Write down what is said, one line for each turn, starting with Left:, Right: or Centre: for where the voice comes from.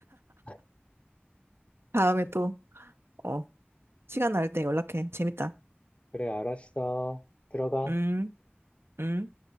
Left: <laughs>
Right: 다음에 또 어, 시간 날 때 연락해. 재밌다.
Left: 그래, 알았어. 들어가.
Right: 음, 음.